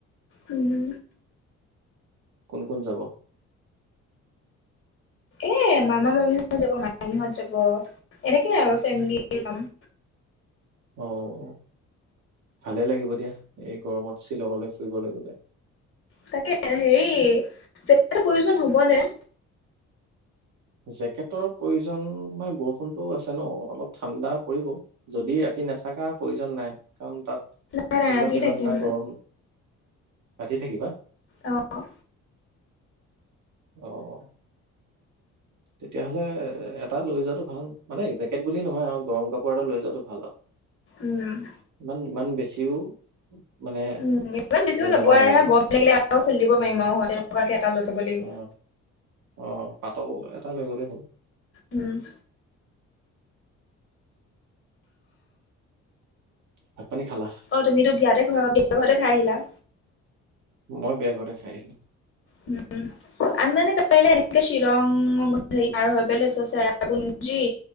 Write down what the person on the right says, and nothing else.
কোন কোন যাব?
অ' অ' ভালে লাগিব দিয়া, এই গৰমত শ্বিলঙলে ফুৰিবলে গ'লে।
জেকেটৰ প্ৰয়োজন মানে বৰষুণতো আছে ন' অলপ ঠাণ্ডা পৰিব। যদি ৰাতি নাথাকা প্ৰয়োজন নাই, কাৰণ তাত
দিনত
ইমানটা
গৰম ৰাতি থাকিবা?
অ' তেতিয়াহ'লে এটা লৈ যোৱাটো ভাল। মানে জেকেট বুলি নহয় আৰু গৰম কাপোৰ এটা লৈ যোৱাটো ভাল আৰু।
ইমান বেছিও মানে
লৈ
যাব নালাগে
উম
অ অ' পাতল এটা লৈ গ'লে হ'ল।
ভাত পানী খালা?
মই বিয়া ঘৰতে খাই আহিলো।